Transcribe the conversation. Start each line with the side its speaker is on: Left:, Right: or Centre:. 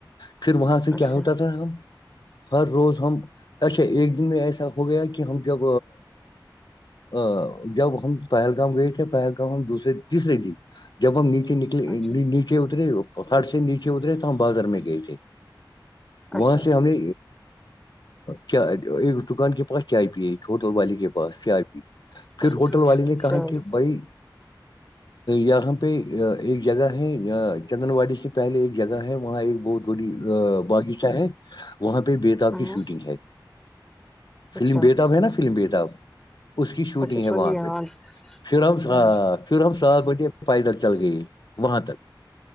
Left: پھر وہاں سے کیا
Centre: اچھا
Left: ہوتا تھا ہم ہر روز ہم اچھا ایک دن میں ایسا ہو گیا کہ ہم جب ا جب ہم پہلگام گئے تھے پہلگام ہم دوسرے تیسرے دن جب ہم نیچے نکلے
Centre: اچھا
Left: نیچے اترے ہر سے نیچے اترے تو ہم بازر میں گئے تھے
Centre: اچھا
Left: وہاں سے ہم نے کیا ایک دکان کے پاس چ آئی پی ایک ہوٹل والے کے پاس چ آئی پی پھر
Centre: اچھا
Left: ہوٹل والے نے کہا
Centre: چل
Left: کہ بھائی یہاں پہ ایک جگہ ہے چندن واڑی سے پہلے ایک جگہ ہے وہاں ایک بہت ی باغیچہ ہے وہاں پہ بیےتاب
Centre: ہاں
Left: کی شوٹنگ ہے فلم
Centre: اچھا
Left: بےتاب ہے نا فلم بےتاب اس کی شوٹنگ
Centre: اچھا
Left: ہے
Centre: سنیے
Left: وہاں پہ
Centre: آج
Left: پھر ہم
Centre: ہوں
Left: پھر ہم سات بجے پیدل چل گئے وہاں تک